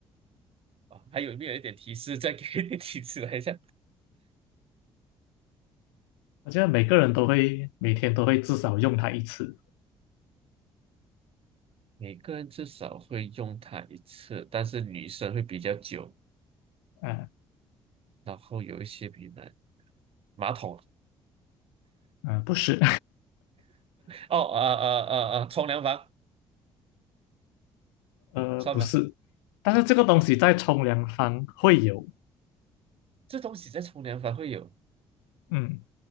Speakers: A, on the right; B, on the left.
A: 啊，还有没有一点提示？再给你提示来一下。
B: 我觉得每个人都会每天都会至少用它一次
A: 每个人至少会用它一次，但是女生会比较久，
B: 啊
A: 然后有一些比男马桶
B: 啊，不是，
A: 哦，啊啊啊啊，冲凉房
B: <laughs> 呃，
A: 算吧，
B: 不是，但是这个东西在冲凉房会有。
A: 这东西在冲凉房会有。
B: 嗯，